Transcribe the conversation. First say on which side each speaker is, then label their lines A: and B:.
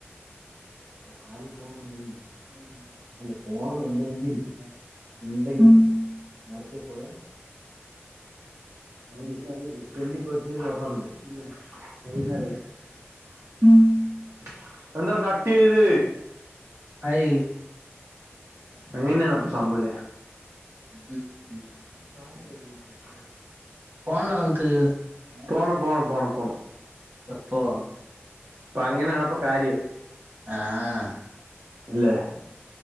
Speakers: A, on the right; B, on the right.
A: പ്പ ബാറി പോണന്ന്ണ്ടെങ്കില് അല്ല പോണംന്ന്ണ്ടെങ്കിൽ ഇണ്ടെങ്കി നേരത്തെ പോയ അതൊന്നും നിക്കറിയില്ല ട്വന്റി പേഴ്സ്ന്റെജ് ഓഫർണ്ട് ഇല്ല <unintelligible> എന്താ കട്ടീയ്ത്
B: ഏയ്‌
A: അങ്ങനെയാണ് അപ്പൊ സംഭവല്ലേ?
B: ഉം ഉം
A: ഈ സാനം കഴിക്ക്ന്നെ നിർത്തിക്കോളി
B: പോണ്ടെ <unintelligible>
A: പോണം പോണം പോണം പോണം
B: എപ്പൊ?
A: അപ്പൊ അങ്ങനെയണപ്പൊ കാര്യം.
B: ആഹ്
A: ഇല്ലേ